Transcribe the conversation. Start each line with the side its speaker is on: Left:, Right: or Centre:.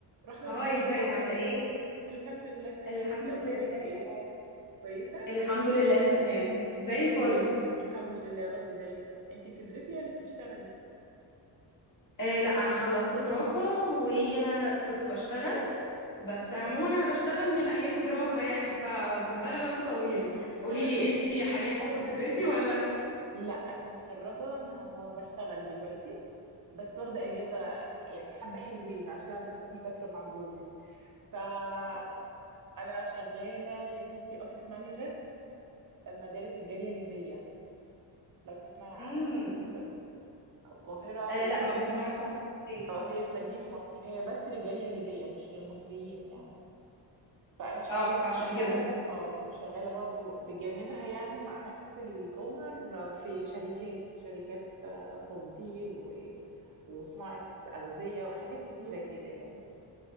Right: رحمة
Left: هاي
Right: ازيك
Left: ازيك
Right: عاملة
Left: عاملة
Right: ايه؟
Left: ايه؟
Right: الحمد لله تمام
Left: الحمد
Right: انتي اخبارك
Left: لله
Right: ايه؟
Left: تمام
Right: كويسة؟
Left: الحمد لله تمام زي
Right: انتي
Left: الفل
Right: الحمد لله يا رب دايما انتي بتدرسي ولا بتشتغلي؟
Left: إيه لا انا خلصت دراسة وكنت بشتغل بس
Right: مهم.
Left: عموما انا بشتغل من ايام الدراسة يعني فبشتغل وقت طويل قولي
Right: <laughs>
Left: لي
Right: طب
Left: انتي حاليا برضو
Right: حلو
Left: بتدرسي ولا؟
Right: لا انا متخرجة انا بشتغل دلوقتي بس واخدة اجازة يعني حبة حلوين عشان بس مسافرة مع جوزي فانا شغالة يا ستي اوفيس مانجر مدارس الجالية الليبية لو تسمعي
Left: امم
Right: عنها في مصر القاهرة
Left: إيه لا ما بسمعش عنها كتير
Right: اه هي في مدينة نصر هي بس للجالية الليبية مش للمصريين يعني فأنا شغالة
Left: اه عشان
Right: فيها
Left: كده
Right: و- اه وشغالة برضو بجانبها يعني مع نفس الأونر آه، في شركات شركات آه، تصدير و... وصناعة أغذية وحاجات كتيرة كده يعني